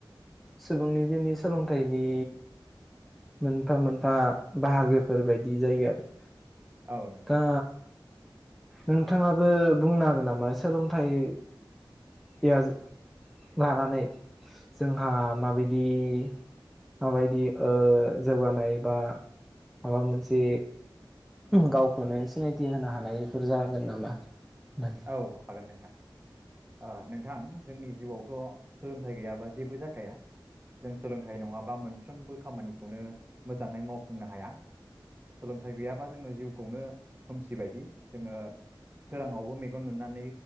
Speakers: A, in the centre; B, on the right (about 25°).
A: सुबुंनि जिउनि सोलोंथाइनि मोनफा मोनफा बाहागोफोरबायायदि जायो आरो।
B: औ नंगौ
A: दा
B: नोंथां
A: नोंथाङाबो बुंनो हागोन नामा सोलोंथाइ <unintelligible> लानानै जोंहा माबायदि-माबायदि औ जौगानाय बा माबा मोनसे गावखौनो सिनायथि होनो हानाय बेफोर जागोन नामा। होननानै
B: औ हागोन नोंथां। ओ नोंथां जोंनि जिउआवथ सोलोंथाइ गैयाबा जेबो जाखाया जों सोलोंथाइ नङाबा मोनफ्रोमबो खामानिखौनो मोजाङै मावफुंनो हाया सोलोंथाइ गैयाबा जोङो जिउखौनो खोमसि बायदि जोङो सोराङावबोे मेगन नुनानै